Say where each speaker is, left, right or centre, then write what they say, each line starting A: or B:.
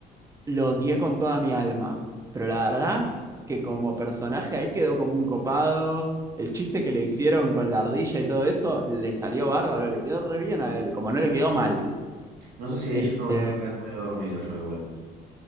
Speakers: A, on the right; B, on the right.
A: lo odié con toda mi alma. Pero la verdad que como personaje ahí quedó como un copado. El chiste que le hicieron con la ardilla y todo eso le salió bárbaro, le quedó re bien a él, como no le quedó mal.
B: No sé si ahí
A: Este,
B: ya no me estaba quedando medio dormido yo igual.